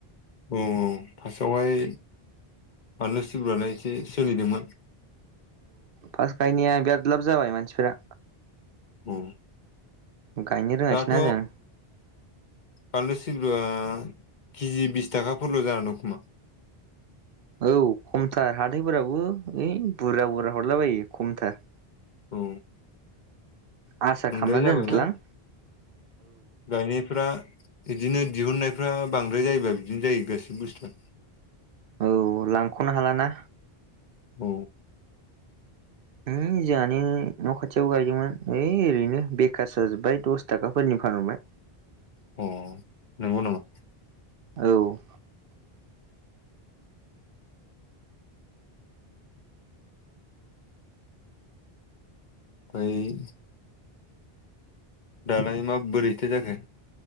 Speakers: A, on the left; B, on the right.
A: औ औ फास्टआवहाय बानलु सिब्रुआलाय एसे सोलिदोंमोन।
B: फास्ट गायनाया बिराद लाब जाबाय मानसिफोरा।
A: औ।
B: गायनो रोङासैना
A: दाथ'
B: जों
A: बानलु सि लुआ केजि बिस थाखा फोरल' जाना दं खोमा।
B: औ खमथार हाथायफोरावबो ओइ बुरजा बुरजा हरलाबायो खमथार।
A: औ।
B: आसा
A: बांद्राय
B: खामना
A: जाबायना
B: दोन्दोलां
A: गायनायफ्रा बिदिनो दिहुन्नायफ्रा बांद्राय जायोबा बिदिनो जायो गासिबो बुस्थुआ।
B: औ लांख'नो हालाना।
A: औ।
B: उम जोहानो न' खाथियाव गायदोंमोन ओइ ओरैनो बेखारसो जाजोब्बाय दस थाखाफोरनि फानहरबाय।
A: अ नंगौ नामा?
B: औ।
A: ओइ दालाय मा बोरैथो जाखो